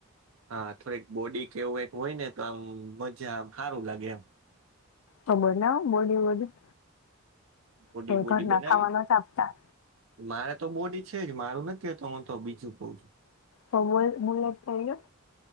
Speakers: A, on the right (about 65°); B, on the left (about 70°).
A: હા થોડીક બોડી કે એવું કાંઈક હોય ને તો આમ મજા આમ હારુ લાગે એમ.
B: તો બનાવ બોડી વોડી
A: બોડી
B: કે
A: બોડી
B: ઘરના
A: બનાવી
B: ખાવા નત આપતા.
A: મારે તો બોડી છે જ મારું નથ કેતો હું તો બીજું કઉ છું
B: તો બોલ બુલેટ લેઇલ્યો.